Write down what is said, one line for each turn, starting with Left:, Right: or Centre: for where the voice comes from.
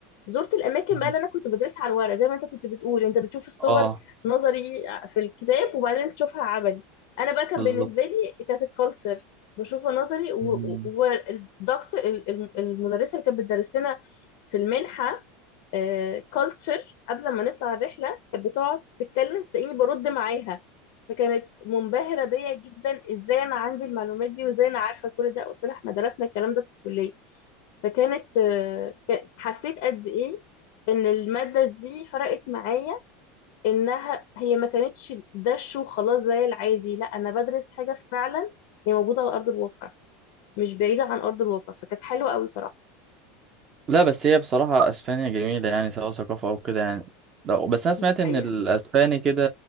Left: زرت الاماكن
Right: مم.
Left: بقى اللي انا كنت بدرسها على الورق زي ما انت كنت بتقول انت بتشوف الصور
Right: اه
Left: نظري في الكتاب وبعدين تشوفها عملي انا بقى كان
Right: بالظبط
Left: بالنسبه لي كانت الكالتشر بشوفها نظري
Right: مم.
Left: والدكتور المدرسه اللي كانت بتدرس لنا في المنحه كالتشر قبل ما نطلع الرحله كانت بتقعد تتكلم تلاقيني برد معاها فكانت منبهره بيا جدا ازاي انا عندي المعلومات دي وازاي انا عارفه كل ده قلت لها احنا درسنا الكلام ده في الكليه فكانت آه، ك- حسيت قد ايه ان المادة دي فرقت معايا انها هي ما كانتش دش وخلاص زي العادي لا انا بدرس حاجة فعلا هي موجودة على ارض الواقع مش بعيدة عن ارض الواقع فكانت حلوة قوي صراحة
Right: لا بس هي بصراحه اسبانيا جميله يعني سواء ثقافه او كده يعني لا، بس انا سمعت
Left: دي
Right: ان
Left: حقيقة
Right: الاسباني كده